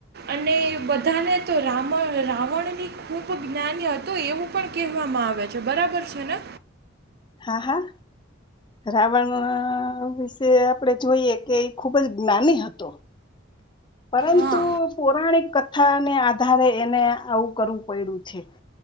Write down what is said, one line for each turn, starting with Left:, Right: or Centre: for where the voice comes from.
Right: અને બધાને તો રાવણ રાવણની ખૂબ જ્ઞાની હતું એવું પણ કહેવામાં આવે છે. બરાબર છે ને?
Left: હા હા, રાવણ વિશે આપડે જોઈએ કે એ ખુબ જ જ્ઞાની હતો. પરંતુ
Right: હા
Left: પૌરાણિક કથાને આધારે એને આવું કરવું પડ્યું છે.